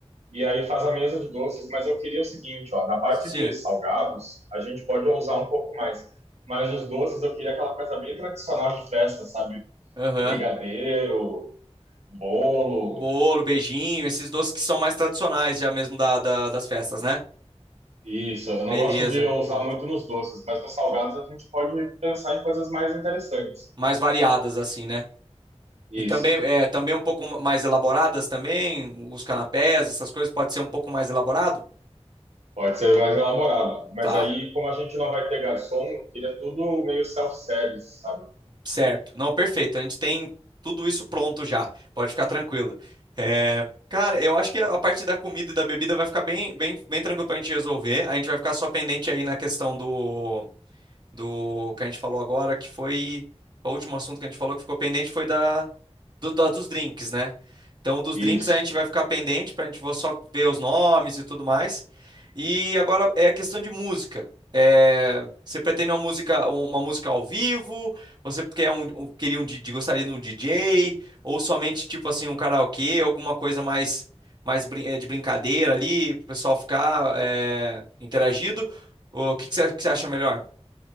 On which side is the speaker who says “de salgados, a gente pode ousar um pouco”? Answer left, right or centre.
Right